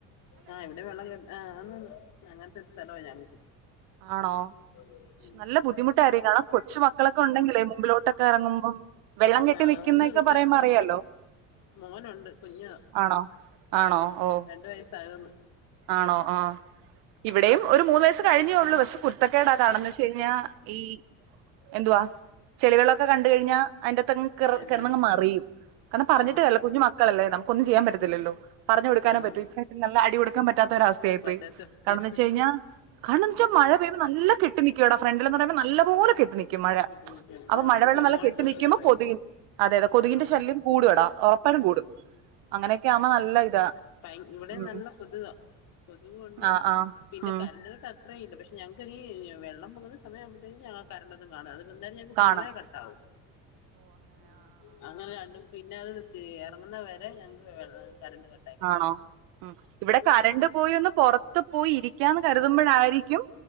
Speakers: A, on the left (about 60°); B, on the right (about 85°).
A: ആഹ് ഇവിടെ വെള്ളം കേറ് ആന്നാന്ന് അങ്ങൻത്തൊര് സ്ഥലൊ ഞങ്ങക്ക്
B: ആണോ
A: ഉം ഉം
B: നല്ല ബുദ്ധിമുട്ടായിരിക്കും കാരണം കൊച്ച് മക്കളൊക്കെ ഉണ്ടെങ്കിലേ മുമ്പിലോട്ടൊക്കെ എറങ്ങ്മ്പം വെള്ളം കെട്ടി
A: ആഹ്
B: നിക്ക്ന്നൊക്കെ
A: ഉണ്ട്
B: പറയുമ്പോ
A: ചെറുത്
B: അറിയാലോ
A: ഒരു കു മോനുണ്ട് കുഞ്ഞാ
B: ആണോ ആണോ
A: ആഹ്
B: ഓ
A: രണ്ട് വയസ്സാവ്ന്ന്
B: ആണോ ആഹ് ഇവിടെയും ഒര് മൂന്ന് വയസ് കഴിഞ്ഞേ ള്ളൂ പക്ഷെ കുര്ത്തക്കെടാ കാണന്ന് വെച്ച് കഴിഞ്ഞാ ഈ എന്തുവാ ചെളിവെള്ളോക്കെ കണ്ട് കഴിഞ്ഞാ അതിന്റെകത്തങ്ങ് കെറ്
A: എന്തേന്ന്
B: കെടന്നങ്ങ് മറിയും കാരണം പറഞ്ഞിട്ട്
A: അത്
B: കാര്യല്ല
A: ശരി
B: കുഞ്ഞു മക്കളല്ലേ നമുക്കൊന്നും ചെയ്യാൻ പറ്റത്തില്ലല്ലോ പറഞ്ഞ് കൊട്ക്കാനു
A: ആഹ്
B: പറ്റും ഈ പ്രായത്തിൽ നല്ല അടി കൊടുക്കാൻ പറ്റാത്തൊരവസ്ഥയായി
A: പറ്റാത്ത
B: പോയി
A: അവസ്ഥയാ
B: കാരണംന്ന് വെച്ച് കഴിഞ്ഞാ <unintelligible>
A: ആഹ്
B: നല്ല കെട്ടി നിക്കാടാ ഫ്രണ്ടില്ന്ന് പറയ്മ്പോ നല്ലപോലെ കെട്ടി നി ക്കും മഴ
A: ബുദ്ധിമുട്ടിയാ
B: അപ്പൊ
A: ആഹ്
B: മഴവെള്ളം
A: കുഞ്ഞുങ്ങളെ
B: നല്ല കെട്ടി
A: സൂക്ഷിക്കണം
B: നിക്ക്മ്പോ കൊത് അതെ അതെ കൊതുകിന്റെ
A: ആഹ്
B: ശല്യം കൂടും എടാ ഒറപ്പായിട്ടും കൂടും അങ്ങനെയൊക്കെ ആവ്മ്പോ നല്ല ഇതാ
A: <unintelligible> ഇവടേം
B: ഉം
A: നല്ല കൊത്കാ കൊത്കും ഉണ്ട്
B: ആഹ് ആഹ്
A: പിന്നെ
B: ഉം
A: കരണ്ട് കട്ട് അത്രേയും ഇല്ല പഷ് ഞങ്ങക്ക് ഇനി വെള്ളം പൊങ്ങുന്ന സമയാവ്മ്പത്തേക്കും ഞങ്ങളെ കരണ്ട് കാണും <unintelligible> ഞങ്ങക്ക്
B: കാണാം
A: ഫുള്ളെ കട്ടാവും ആഹ് അങ്ങനെ രണ്ടും പിന്നെ അത് എറങ്ങ്ന്ന വരെ ഞങ്ങക്ക് വെള്ളം കറണ്ട് ക
B: ആണോ ഉം ഇവടെ കരണ്ട് പോയി ഒന്ന് പൊറത്ത് പോയി ഇരിക്കാന്ന് കര്തുമ്പോഴായിരിക്കും